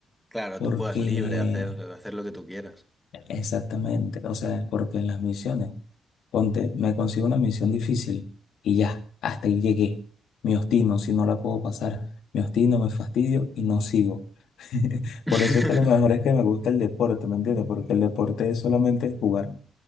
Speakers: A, in the centre; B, on the left.
A: Claro,
B: Porque,
A: tú juegas libre, hacer, hacer lo que tú quieras.
B: exactamente, o sea, porque en las misiones. Ponte, me consigo una misión difícil y ya, hasta ahí llegué. Me obstino si no la puedo pasar. Me obstino, me fastidio y no sigo. <laughs>
A: <laughs>
B: Por eso es que lo mejor es que me gusta el deporte, ¿me entiendes? Porque el deporte es solamente jugar.